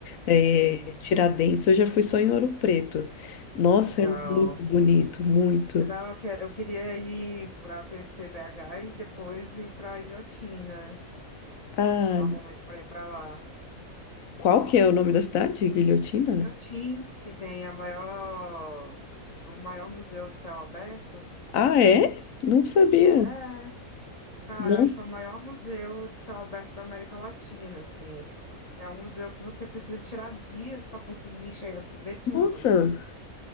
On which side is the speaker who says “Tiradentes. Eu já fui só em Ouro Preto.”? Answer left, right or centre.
Left